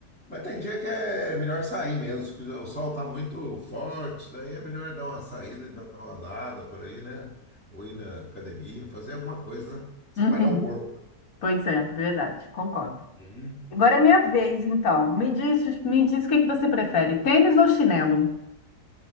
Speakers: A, in the centre; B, on the left.
A: Mas tem dia que é melhor sair mesmo, que o sol tá muito forte, daí é melhor dar uma saída e dar uma andada por aí, né? Ou ir na academia, fazer alguma coisa, né? Espalhar
B: Uhum.
A: o corpo. né?
B: Pois é, verdade, concordo.
A: Uhum.
B: Agora é minha vez, então. Me diz, me diz o que que você prefere, tênis ou chinelo?